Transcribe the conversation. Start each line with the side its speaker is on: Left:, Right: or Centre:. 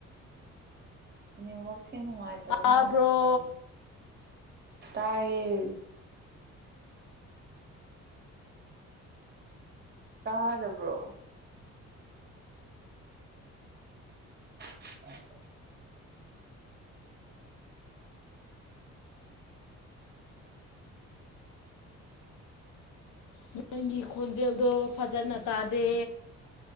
Right: ꯅꯦꯠꯋꯛꯁꯦ ꯅꯨꯡꯉꯥꯏꯇꯕ
Left: ꯇꯥꯕ꯭ꯔꯣ
Right: ꯃꯥꯜꯂꯤꯅꯦ ꯇꯌꯦꯦ ꯇꯥꯖꯕ꯭ꯔꯣ <unintelligible>
Left: ꯅꯪꯒꯤ ꯈꯣꯟꯖꯦꯜꯗꯣ ꯐꯖꯅ ꯇꯥꯗꯦ